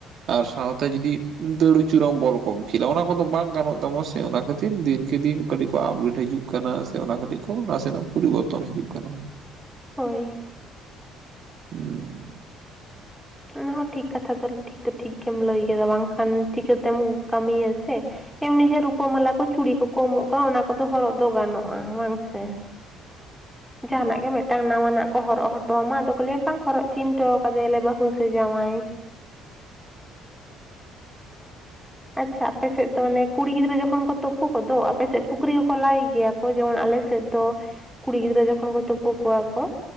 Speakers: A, on the right; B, in the centre.
A: ᱟᱨ ᱥᱟᱶᱛᱮ ᱡᱩᱫᱤ ᱫᱟᱹᱲ ᱩᱪᱩᱨᱟᱢ ᱵᱚᱞ ᱠᱚᱢ ᱠᱷᱮᱞᱟ ᱚᱱᱟ ᱠᱚᱫᱚ ᱵᱟᱝ ᱜᱟᱱᱚᱜ ᱛᱟᱢᱟ ᱥᱮ᱾ ᱮ ᱚᱱᱟ ᱠᱷᱟᱹᱛᱤᱨ ᱫᱤᱱᱠᱮ ᱫᱤᱱ ᱠᱟᱹᱴᱤᱡ ᱠᱚ ᱟᱯᱰᱮᱴ ᱦᱤᱡᱩᱜ ᱠᱟᱱᱟ᱾ ᱚᱱᱟ ᱠᱟᱹᱴᱤᱡ ᱠᱚ ᱱᱟᱥᱮᱱᱟᱜ ᱯᱚᱨᱤᱵᱚᱨᱛᱚᱱ ᱦᱤᱡᱩᱜ ᱠᱟᱱᱟ᱾
B: ᱦᱳᱭ᱾
A: <inaudible>
B: ᱚᱱᱟ ᱦᱚᱸ ᱴᱷᱤᱠ ᱠᱟᱛᱷᱟ ᱫᱚ ᱴᱷᱤᱠ ᱫᱚ ᱴᱷᱤᱠ ᱜᱮᱢ ᱞᱟᱹᱭ ᱠᱟᱫᱟ ᱵᱟᱝᱠᱷᱟᱱ ᱪᱤᱠᱟᱹᱛᱮᱢ ᱠᱟᱹᱢᱤᱭᱟ ᱥᱮ᱾ ᱮᱢᱱᱤ ᱡᱮ ᱨᱩᱯᱟᱹ ᱢᱟᱞᱟ ᱠᱚ ᱪᱩᱲᱤ ᱠᱚᱠᱚ ᱮᱢᱚᱜ ᱠᱟᱱᱟ ᱚᱱᱟ ᱠᱚᱫᱚ ᱦᱚᱨᱚᱜ ᱫᱚ ᱜᱟᱱᱚᱜᱼᱟ ᱵᱟᱝ ᱥᱮ᱾ ᱡᱟᱸᱦᱟᱱᱟᱜ ᱜᱮ ᱢᱮᱫᱴᱟᱝ ᱱᱟᱣᱟᱱᱟᱜ ᱠᱚ ᱦᱚᱨᱚᱜ ᱦᱚᱴᱚᱣᱟᱢᱟ ᱟᱫᱚ ᱠᱚ ᱞᱟᱹᱭᱟ ᱵᱟᱝ ᱦᱚᱨᱚᱜ ᱪᱤᱱ ᱦᱚᱴᱚ ᱠᱟᱫᱮᱭᱟᱞᱮ ᱵᱟᱹᱦᱩ ᱥᱮ ᱡᱟᱸᱶᱟᱭ᱾ ᱟᱪᱪᱷᱟ ᱟᱯᱮ ᱥᱮᱫ ᱫᱚ ᱚᱱᱮ ᱠᱩᱲᱤ ᱜᱤᱫᱽᱨᱟᱹ ᱡᱚᱠᱷᱚᱱ ᱠᱚ ᱛᱳᱯᱳ ᱠᱚᱫᱚ ᱟᱯᱮ ᱥᱮᱫ ᱯᱩᱠᱷᱨᱤ ᱠᱚᱠᱚ ᱞᱟᱭ ᱜᱮᱭᱟ ᱠᱚ ᱡᱮᱢᱚᱱ ᱟᱞᱮ ᱥᱮᱫ ᱫᱚ ᱠᱩᱲᱤ ᱜᱤᱫᱽᱨᱟᱹ ᱡᱚᱠᱷᱚᱱ ᱠᱚ ᱛᱳᱯᱳ ᱠᱚᱣᱟ ᱠᱚ